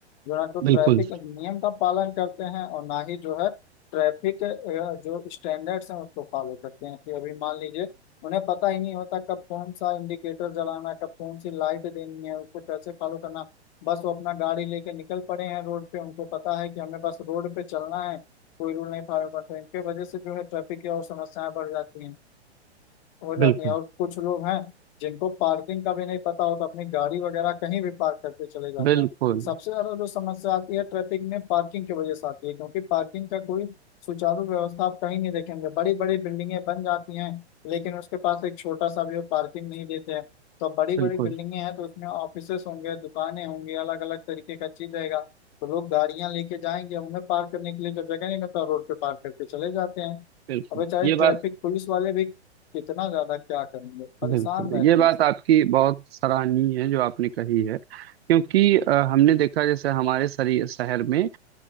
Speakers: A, on the left; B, on the right.
A: जो ना तो
B: बिल्कुल
A: ट्रैफिक नियम का पालन करते हैं और ना ही जो है ट्रैफिक अ, जो स्टैंडर्ड्स हैं उसको फॉलो करते हैं कि अभी मान लीजिए उन्हें पता ही नहीं होता कब कौन सा इंडिकेटर जलाना है कब कौन सी लाइट देनी है उसको कैसे फॉलो करना बस वो अपना गाड़ी लेके निकल पड़े हैं रोड पे उनको पता है कि हमें बस रोड पे चलना है कोई रूल नहीं फॉलो करते इनके वजह से जो है ट्रैफिक की और समस्याएं बढ़ जाती हैं हो जाती
B: बिल्कुल
A: है और कुछ लोग हैं जिनको पार्किंग का भी नहीं पता होता अपनी गाड़ी वगैरह कहीं भी पार्क करके चले जाते
B: बिल्कुल
A: हैं सबसे ज्यादा जो समस्या आती है ट्रैफिक में पार्किंग की वजह से आती है क्योंकि पार्किंग का कोई सुचारू व्यवस्था आप कहीं नहीं देखेंगे बड़ी बड़ी बिल्डिंगें बन जाती हैं लेकिन उसके पास एक छोटा सा भी वो पार्किंग नहीं देते हैं तो बड़ी
B: बिल्कुल
A: बड़ी बिल्डिंगें हैं तो उसमें ऑफिसेस होंगे दुकानें होंगी अलग अलग तरीके का चीज रहेगा तो लोग गाड़ियां लेके जाएंगे अब उन्हें पार्क करने के लिए जब जगह नहीं मिलता रोड पे पार्क करके चले जाते हैं
B: बिल्कुल
A: अब बेचारे
B: ये
A: ट्रैफिक
B: बात
A: पुलिस वाले भी कितना ज्यादा क्या करेंगे परेशान
B: बिल्कुल
A: रहते
B: ये बात
A: हैं सब
B: आपकी बहुत सराहनीय है जो आपने कही है क्योंकि अ, हमने देखा जैसे हमारे शरी- शहर में अ,